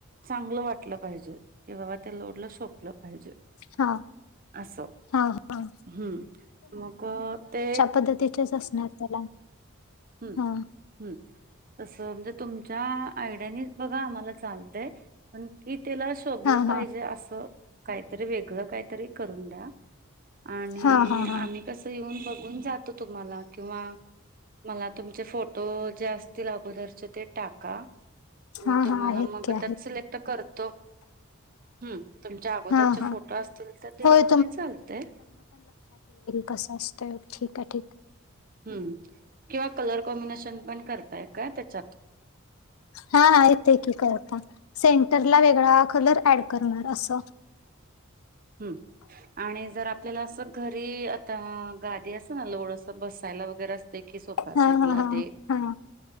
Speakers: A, on the right; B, on the left.
A: चांगलं वाटलं पाहिजे कि बाबा ते लोडलं शोभल पाहिजे.
B: हा
A: असो-
B: हा हा
A: हम्म मग ते
B: पद्धतीच्या असणार त्याला
A: हम,
B: हा
A: हम, ् तस म्हणजे तुमच्या आयडियानी आम्हाला चालतय पण की त्याला शोभलं
B: हा
A: पाहिजे
B: हा
A: असं काय वेगळ काहीतरी करून द्या आणि
B: हा हा हा
A: आम्ही कसं येऊन बघून जात तुम्हाला किंवा मला तुमचे फोटो जे असतील अगोदरचे ते टाका मी
B: हा
A: तुम्हाला
B: हा आहेत
A: मग
B: की आहेत
A: त्यात सिलेक्ट करतो. हम्म. तुमच्या अगोदरचे
B: हा हा
A: फोटो असतील तर दिला
B: होय
A: तरी चालतयं.
B: कस असतोय? ठीक काय. ठीक
A: हम्म किंवा कलर कॉम्बिनेशन पण करताय का त्याच्यात.
B: हा, हा. येते की करता. सेंटरला वेगळा. कलर ॲड करणार अस.
A: हम् आणि जर आपल्याला अस घरी आता गादी अस ना लोडस बसायला वगैरे असते की सोफ
B: हा
A: सेट
B: हा
A: ला
B: हा
A: ते
B: हा